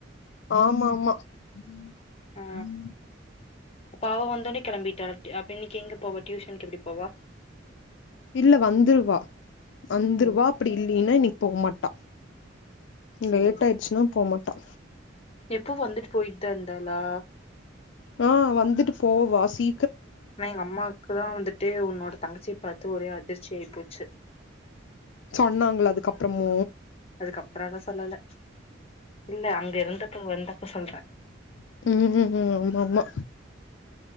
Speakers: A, on the left; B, on the left.
A: ஆமா ஆமா உம்
B: ஆ
A: உம்
B: அப்ப அவ வந்தோனே கெளம்பிட்டா டூ அப்ப இன்னிக்கு எங்க போவா டியூஷனுக்கு எப்புடி போவா
A: இல்ல வந்துருவா வந்துருவா
B: ஓ
A: அப்புடி இல்லின்னா இன்னிக்கு போ மாட்டா
B: சேரி
A: லேட் ஆயிருச்சுன்னா போமாட்டா
B: எப்போ வந்துட்டு போயிட்டுதா இருந்தாளா
A: ஆ வந்துட்டு போவா சி
B: ஆமா எங்க அம்மாக்குதா வந்துட்டு உன்னோட தங்கச்சிய பார் த்து ஒரே அதிர்ச்சி ஆயி போச்சு
A: சொன்னாங்கள அதுக்கப்பறமு
B: அதுக்கப்புறலா சொல்லல இல்ல அங்க இருந்தப்ப வந்தப்ப சொல்ற
A: ம்க்ம் ம்க்ம் அது இல்ல அம்மா